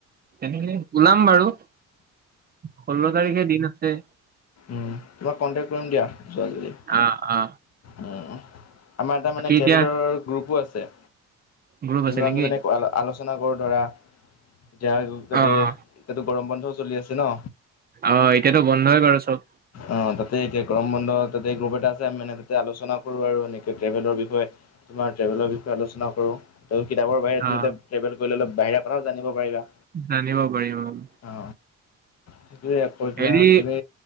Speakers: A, on the right; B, on the left.
A: তেনেহলে ওলাম বাৰু। ষোল্ল তাৰিখে দিন আছে।
B: উম, তোমাক কণ্টেক্ট কৰিম দিয়া যোৱা যদি।
A: আ, আ।
B: উ আমাৰ এটা মানে
A: এতিয়া
B: ট্ৰেভেলৰৰ গ্ৰুপো আছে।
A: গ্ৰুপ
B: যোনটো
A: আছে নেকি?
B: আমি মানে আ আলোচ চনা কৰো ধৰা, এতিয়া তাতে
A: অ অ
B: এতিয়াতো গৰম বন্ধও চলি আছে ন।
A: অ এতিয়াতো বন্ধই বাৰু চব।
B: অ তাতে এতিয়া গ্ৰম বন্ধ তাতে গ্ৰুপ এটা তাতে আলোচনা কৰোঁ আৰু এনেকৈ ট্ৰেভেলৰ বিষয়ে, তোমাৰ ট্ৰেভেলৰ বিষয়ে আলোচনা কৰোঁ। ত কিতাপৰ বাহিৰে তুমি
A: অ
B: তাত ট্ৰেভেল কৰিলে অলপ বাহিৰা কথাও জানিব পাৰিবা।
A: জানিব পাৰিম অ।
B: অ, সেইটোৱে আকৌ এতিয়া
A: হেৰি
B: তুমি